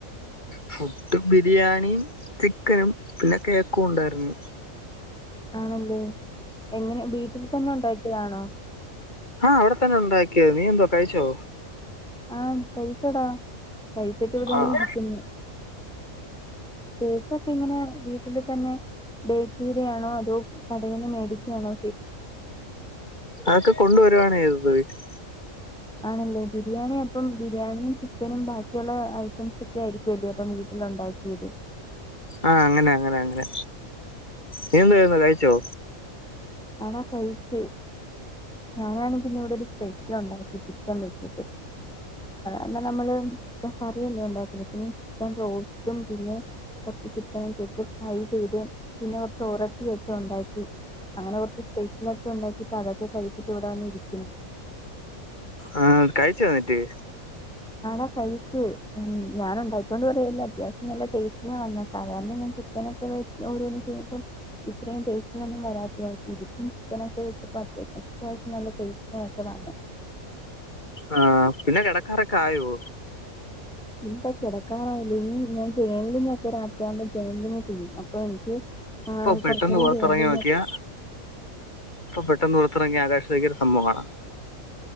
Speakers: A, on the left (about 30°); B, in the centre.
A: ഫുഡ് ബിരിയാണിയും ചിക്കനും പിന്നെ കേക്കും ഒണ്ടായിരുന്നു
B: ആണല്ലേ എങ്ങനെ വീട്ടിൽ തന്നെ ഉണ്ടാക്കിയതാണോ
A: ആഹ് അവിടെ തന്നെ ഉണ്ടായിക്കി യതാ നീ എന്തുവാ കഴിച്ചോ
B: ആഹ് കഴിച്ചടാ കഴിച്ചിട്ട് ഇവിടെ യിങ്ങനെ
A: ആഹ്
B: ഇരിക്കുന്നു കേക്കൊക്കെ എങ്ങനെ വീട്ടില് തന്നെ ബേക്ക്ചെയ്തയാണോ അതോ കടേന്ന് മേടിക്കാണോ?
A: അതൊക്കെ കൊണ്ട് വരുവാണ് ചെയ്തത് വീട്ടിൽ
B: ആണല്ലേ ബിരിയാണി അപ്പം ബിരിയാണിയും ചിക്കനും ബാക്കിയുള്ള ഐറ്റംസ് ഒക്കെ ആയിരിക്കുംല്ലേ പണി കിട്ടി ല്ലെ ഉണ്ടാക്കിയത്...
A: ആഹ് അങ്ങനെ അങ്ങനെ അങ്ങനെ നീ എന്താ ചെയ്യുന്നേ കഴിച്ചോ?
B: ആടാ കഴിച്ച് ഞാനാണെങ്കി പിന്നെ ഇവിടെ ഒരു സ്പെഷ്യൽ ഉണ്ടാകി ചിക്കൻ വെച്ചിട്ട് എന്ന നമ്മള് കറിയല്ലെ ഉണ്ടാക്കല് പിന്നെ ചിക്കൻ ബ്രോസ്റ്റും പിന്നെ പത്തി ചിക്കനും <unintelligible> ഫ്രൈ ചെയ്ത് പിന്നെ കുറച്ച് ഓറോട്ടി ഓക്കെ ഉണ്ടാക്കി അങ്ങനെ കുറച്ച് സ്പെഷ്യൽക്കെ ഉണ്ടാക്കി ഇപ്പോ അതൊക്കെ കഴിച്ചിട്ട് ഇവിടെ വന്ന് ഇരിക്കാണ്
A: ആഹ് കഴിച്ചോ ന്നിട്ട്
B: ആട കഴിച്ച് ഉം ഞാൻ ഉണ്ടാക്കിയോണ്ട് പറയല്ല അത്യാവശ്യം നല്ല ടേസ്റ്റിലാ വന്നേ സാധാരണ ഞാൻ ച്ചി ഇങ്ങനൊക്കെ ഓരോന്ന് ചെയ്യുമ്പം ഇത്രയും ടേസ്റ്റ് ഒന്നും വരാത്തയാണ് ഇതിപ്പം ചിക്കന് ഒക്കെ വെച്ചപ്പോ അ അത്യാവശ്യം നല്ല ടേസ്റ്റ്. ആതെ.
A: ആഹ് പിന്നെ കെടക്കാറൊക്കെ ആയോ.
B: ഇല്ല കിടക്കാറായില്ല ഇനി ഞാൻ <unintelligible> ഒക്കെ രാത്രിയാവുമ്പോ.. <unintelligible> ചെയ്യും അപ്പൊ എനിക്ക് ആ
A: ഇപ്പൊ പെട്ടെന്ന്
B: കുറച്ചു നേരം
A: പൊറത്തിറങ്ങി
B: ജേണലിംഗ്
A: നോക്കിയാ ഇപ്പ പെ പെട്ടെന്ന് പുറത്തിറങ്ങി ആകാശത്തിലേക്ക് നോക്കിയാൽ ഒരു സംഭവം കാണാം.